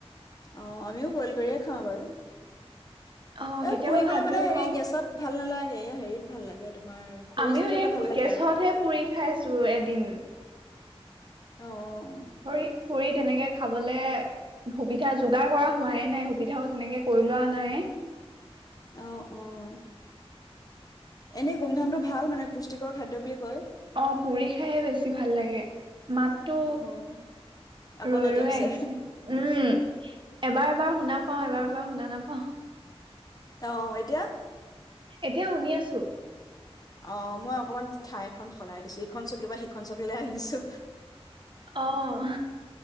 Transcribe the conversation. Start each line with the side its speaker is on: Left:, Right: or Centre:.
Left: অ', আমিও বইল কৰিয়ে খাওঁ বাৰু।
Right: অ
Left: এ',
Right: কেতিয়াবা
Left: পুৰিবলে
Right: ভাজিও
Left: মানে হে
Right: খাওঁ
Left: গেছত ভাল নালাগ। এ', হেৰিত ভাল লাগে। তোমাৰ খৰি
Right: আমিও
Left: জুইত
Right: সেই
Left: হলে ভাল লাগে
Right: গছতহে
Left: আৰু
Right: পুৰি খাইছো এদিন
Left: অহ
Right: খৰিত ফুৰি তেনেকে খাবলে সুবিধা যোগাৰ কৰা হোৱাই নাই সুবিধাও তেনেকে কৰি লোৱা নাই।
Left: অহ অহ এনেই গুমধামটো ভাল মানে পুষ্টিকৰ খাদ্য বুলি কয়।
Right: অ পুৰি খাইহে বেছি ভাল লাগে মাতটো
Left: অ', আকৌ
Right: ৰৈ
Left: নাইকিয়া
Right: ৰৈ
Left: হৈছে
Right: আহিছে উম',। এবাৰ-এবাৰ শুনা পাওঁ এবাৰ-এবাৰ শুনা নাপাওঁ।
Left: অ', এতিয়া?
Right: এতিয়া শুনি আছো।
Left: অ মই অকমান ঠাইখন সলাই দিছো ইখন চকী পা সিখন চকীলৈ আহিছো।
Right: অ',